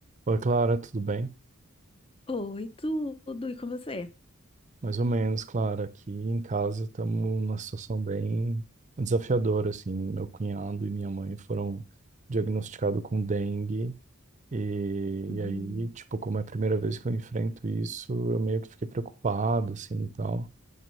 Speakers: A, on the right (about 35°); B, on the left (about 25°).
A: Oi, Clara, tudo bem?
B: Oi, tudo, e com você?
A: Mais ou menos, Clara. Aqui em casa estamos numa situação bem desafiadora, assim. Meu cunhado e minha mãe foram diagnosticados com dengue e,
B: Uhum,
A: e aí, tipo, como é a primeira vez que eu enfrento isso, eu meio que fiquei preocupado, assim, e tal.